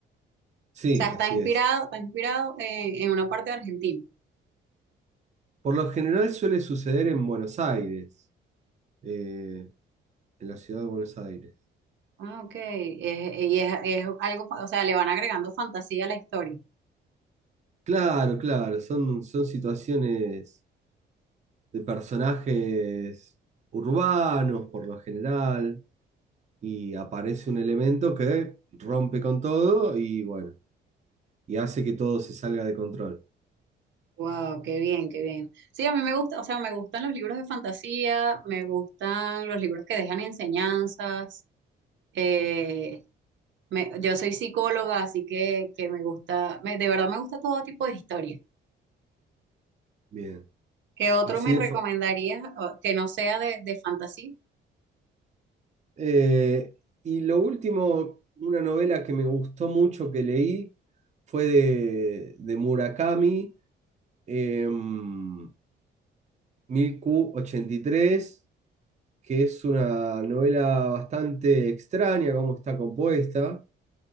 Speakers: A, on the right (about 35°); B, on the right (about 70°).
A: Sí,
B: sea, está
A: así
B: inspirado,
A: es.
B: está inspirado en, en una parte de Argentina.
A: Por lo general suele suceder en Buenos Aires, eh, en la ciudad de Buenos Aires.
B: Ah, ok. Eh, y es, es algo, fa- o sea, le van agregando fantasía a la historia.
A: Claro, claro, son, son situaciones de personajes urbanos por lo general, y aparece un elemento que rompe con todo y bueno, y hace que todo se salga de control.
B: Wow, qué bien, qué bien. Sí, a mí me gusta, o sea, me gustan los libros de fantasía, me gustan los libros que dejan enseñanzas. eh, me- yo soy psicóloga, así que, que me gusta, me- de verdad me gusta todo tipo de historia.
A: Bien,
B: ¿Qué otro
A: así
B: me
A: de...
B: recomendarías
A: fa-
B: o, que no sea de, de fantasía?
A: Eh, y lo último, una novela que me gustó mucho que leí fue de, de Murakami, em, 1000 q ochenta y tres que es una novela bastante extraña cómo está compuesta.